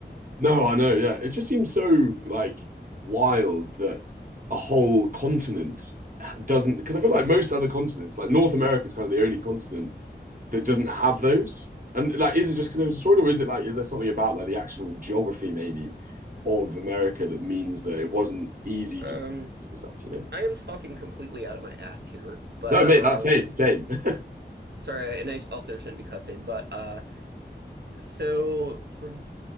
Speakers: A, on the right (about 65°); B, on the right (about 45°).
A: <laughs>
B: no, I know, yeah. It just seems so like wild that a whole continent doesn't because I feel like most other continents, like North America is kind of the only continent that doesn't have those? And like, is it just because it was destroyed, or is it like, is there something about like the actual geography maybe of America that means that it wasn't easy
A: Um,
B: to stuff? You know?
A: I am talking completely out of my ass here, but
B: No, mate,
A: um,
B: that's same, same. <laughs>
A: sorry, and I also shouldn't be cussing, but uh. So from